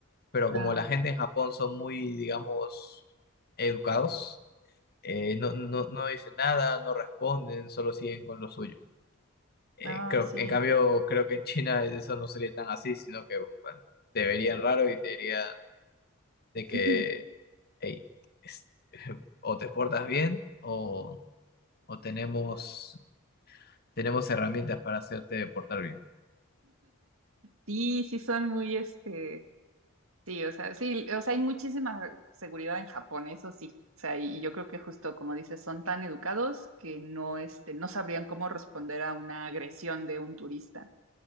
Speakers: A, on the left; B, on the right.
A: Pero
B: Ay,
A: como la gente en Japón son muy, digamos, educados, eh, no, no, no dicen nada, no responden, solo siguen con lo suyo. Eh,
B: ay,
A: creo,
B: sí.
A: en cambio, creo que en China eso no sería tan así, sino que bueno, te verían raro y te dirían de
B: <laughs>
A: que Ey, es- <laughs> o te portas bien o, o tenemos, tenemos herramientas para hacerte portar bien.
B: Sí, sí son muy, este, Sí, o sea, sí, o sea, hay muchísima seguridad en Japón, eso sí. O sea, y yo creo que justo como dices, son tan educados que no, este, no sabrían cómo responder a una agresión de un turista.